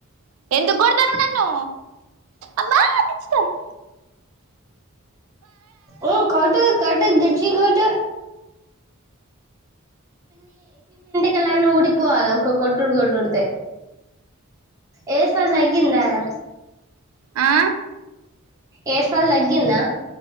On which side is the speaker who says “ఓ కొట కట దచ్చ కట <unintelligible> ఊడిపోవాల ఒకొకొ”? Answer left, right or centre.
Right